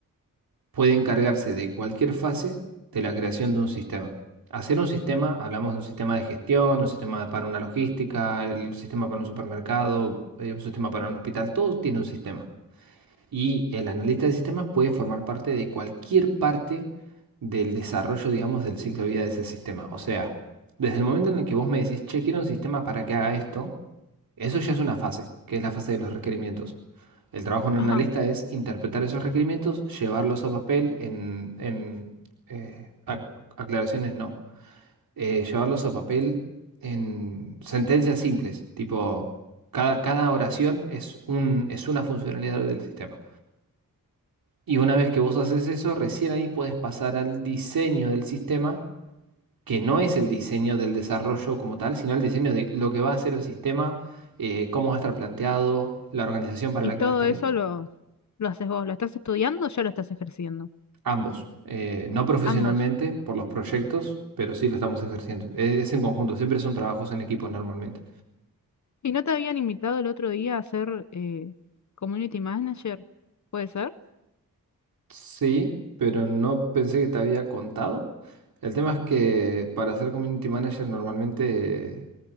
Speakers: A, on the right (about 80°); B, on the left (about 55°).
A: puede encargarse de cualquier fase de la creación de un sistema. Hacer un sistema, hablamos de un sistema de gestión, un sistema para una logística, el un sistema para un supermercado, eh, un sistema para un hospital, todo tiene un sistema. Y el analista de sistemas puede formar parte de cualquier parte del desarrollo, digamos, del ciclo de vida de ese sistema. O sea, desde el momento en el que vos me decís, che, quiero un sistema para que haga esto, eso ya es una fase, que es la fase de los requerimientos. El trabajo de
B: Ajá.
A: un analista es interpretar esos requerimientos, llevarlos a papel en, en, eh, ac- aclaraciones no, eh, llevarlos a papel en sentencias simples, tipo cada, cada oración es un, es una funcionalidad del sistema. Y una vez que vos haces eso, recién ahí puedes pasar al diseño del sistema que no es el diseño del desarrollo como tal, sino el diseño de lo que va a ser el sistema, eh, cómo va a estar planteado, la organización para
B: Y
A: la
B: todo
A: que va a estar
B: eso
A: hecho.
B: lo, lo haces vos, lo estás estudiando o ya lo estás ejerciendo.
A: Ambos, eh, no profesionalmente
B: Ambos.
A: por los proyectos, pero sí lo estamos ejerciendo. Es, es en conjunto, siempre son trabajos en equipo normalmente.
B: ¿Y no te habían invitado el otro día a ser eh, community manager? ¿Puede ser?
A: Sí, pero no pensé que te había contado. El tema es que para ser community manager normalmente, eh,